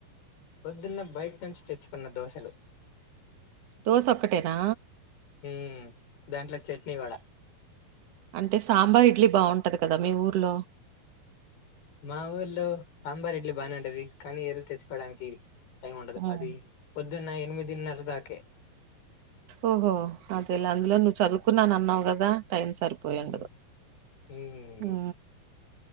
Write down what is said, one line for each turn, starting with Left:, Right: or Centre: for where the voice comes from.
Left: వొద్దున్న బయట్ నుంచి తెచ్చుకున్న దోశలు
Right: దోశ ఒక్కటేనా
Left: ఉమ్ దాంట్లో చట్నీ వడ
Right: అంటే సాంబార్ ఇడ్లీ బాగుంటది కదా మీ ఊర్లో
Left: మా ఊర్లో సాంబార్ ఇడ్లి బాగనేఉంటది కానీ ఎల్లి తెచ్చుకోడానికి టైమ్ ఉండదు
Right: హ్మ్.
Left: అది పొద్దున్న ఎనిమిదిన్నర దాక కే
Right: ఓహో అదేలె అందులో నువ్వు చదువుకున్నానన్నవ్ గదా టైం సారిపోయుండదు
Left: ఉమ్ ఉమ్,
Right: ఊ....